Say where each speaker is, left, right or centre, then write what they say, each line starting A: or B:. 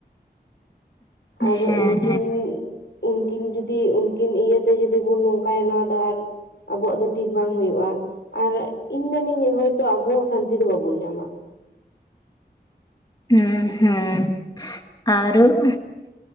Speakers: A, on the left; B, on the left.
A: ᱟᱨ
B: ᱦᱮᱸ
A: ᱩᱱᱠᱤᱱ ᱩᱱᱠᱤᱱ ᱡᱩᱫᱤ ᱩᱱᱠᱤᱱ ᱤᱭᱟᱹᱛᱮ ᱡᱩᱫᱤ ᱵᱚᱱ ᱱᱚᱝᱠᱟᱭᱟ ᱱᱚᱣᱟ ᱫᱚ ᱟᱨ ᱟᱵᱚᱣᱟᱜ ᱫᱚ ᱴᱷᱤᱠ ᱵᱟᱝ ᱦᱳᱭᱳᱜᱼᱟ ᱟᱨ ᱤᱧ ᱢᱮᱱᱟᱧ ᱦᱚᱭᱛᱚ ᱟᱵᱚ ᱦᱚᱸ ᱥᱟᱱᱛᱤ ᱫᱚ ᱵᱟᱵᱚᱱ ᱧᱟᱢᱟ᱾
B: ᱦᱩᱸ ᱦᱩᱸ ᱟᱨᱦᱚᱸ